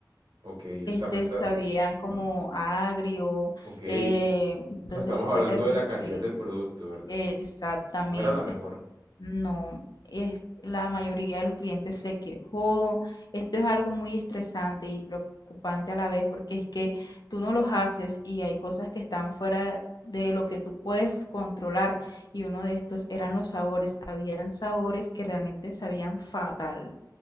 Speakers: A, on the right; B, on the left.
A: Ok,
B: Este
A: o sea, me está,
B: sabían como a agrio,
A: ok,
B: eh, entonces
A: o sea, estamos hablando
B: fue terrible.
A: de la calidad del producto, ¿verdad?
B: Exactamente.
A: No era la mejor.
B: No, es, la mayoría de los clientes se quejó. Esto es algo muy estresante y preocupante a la vez porque es que tú no los haces y hay cosas que están fuera de lo que tú puedes controlar. Y uno de estos eran los sabores. Habían sabores que realmente sabían fatal.